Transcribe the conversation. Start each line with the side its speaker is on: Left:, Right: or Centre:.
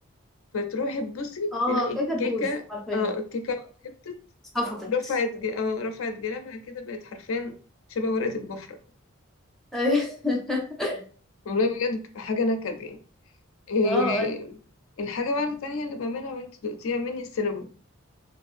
Left: فتروحي تبصي
Centre: اه
Left: تلاقي الكيكه
Centre: كده بوز حرفيا
Left: اه الكيكه هبطت
Centre: صفطت
Left: رفعت ج... اه رفعت جنبها كده بقت حرفيا شبه ورقه البفره
Centre: أيوة. <laughs>
Left: والله بجد بتبقى حاجه نكد يعني إيه...
Centre: اه
Left: الحاجه بقى التانيه اللي بعملها وانت دقتيها مني السينابون